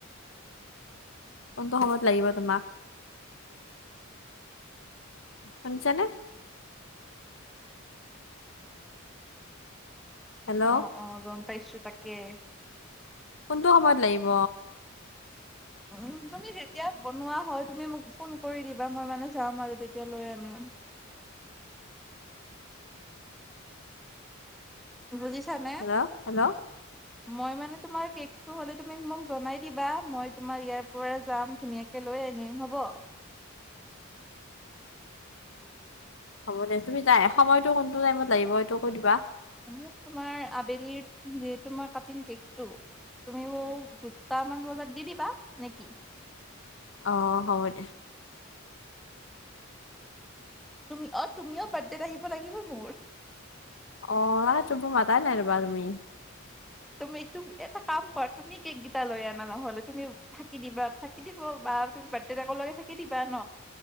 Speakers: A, on the left (about 65°); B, in the centre.
A: কোনটো সময়ত লাগিব তোমাক! শুনছানে? হেল্ল'
B: অ' অ' গম পাইছো তাকে!
A: কোনটো সময়ত লাগিব?
B: উম তুমি যেতিয়া বনোৱা হয় তুমি মোক ফোন কৰি দিবা মই মানে যাম আৰু তেতিয়া লৈ আনিম। বুজিছা নে?
A: হেল্ল' হেল্ল'
B: মই মানে তোমাৰ কেকটো হ'লে তুমি মোক জনাই দিবা মই তোমাৰ ইয়াত শুকবাৰে যাম ধুনীয়াকে লৈ আনিম হ'ব?
A: হ'ব দে তুমি যাই সময়তটো কোনটো টাইমত লাগিব এইটো কৈ দিবা।
B: মোক তোমাৰ আবেলিৰ যিহেতু মই কাটিম কেকটো তুমিও দুটামান বজাত দি দিবা' নে'কি?
A: অ হব দে।
B: তুমি অ তুমিও বাৰ্থডেত আহিব লাগিব মোৰ।
A: অ মানে তোম'তো মাতাই নাই ৰবা তুমি।
B: তুমি তুমি এটা কাম কৰা তুমি কেক গীটা লৈ আনা নহলে তুমি থাকি দিবা থাকি দিব বা তুমি বাৰ্থডেটকে থাকি দিবা ন?